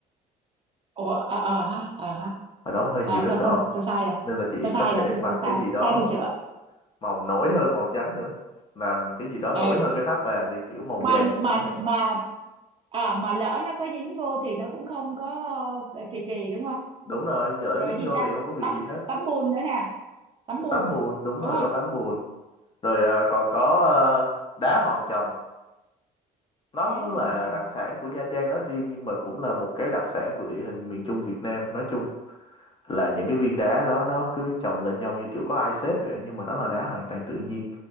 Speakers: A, on the right; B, on the left.
A: Ủa ờ ờ ha, ờ ha.
B: ở đó cũng hơi
A: À
B: nhiều đất
A: thôi
B: đỏ
A: thôi, tôi sai rồi.
B: nên là chị
A: Tôi
B: có
A: sai
B: thể
A: rồi, thôi
B: mặc
A: tôi sai.
B: cái gì đó
A: Sai thì sửa.
B: màu nổi hơn màu trắng nữa làm cái gì đó nổi
A: Ừ.
B: hơn cái tháp bà đi kiểu màu
A: Mà
B: vàng
A: mà
B: chẳng hạn
A: mà à mà lỡ nó có dính vô thì nó cũng không có ờ, kỳ kỳ đúng không?
B: đúng rồi dở
A: Rồi
B: dính
A: gì
B: vô
A: ta?
B: thì không có việc
A: Tấm
B: gì hết
A: tấm bùn nữa nè, tấm
B: có
A: bùn
B: tắm bùn đúng
A: đúng
B: rồi
A: không?
B: có tắm bùn rồi ờ, còn có ờ, đá hòn chồng nó
A: Đá hoàn
B: là
A: chồng
B: đặc
A: hả?
B: sản của Nha Trang nói riêng nhưng mà cũng là một cái đặc sản của địa hình miền Trung Việt Nam nói chung là những cái viên đá đó nó cứ chồng lên nhau như kiểu có ai xếp vậy nhưng mà nó là đá hoàn toàn tự nhiên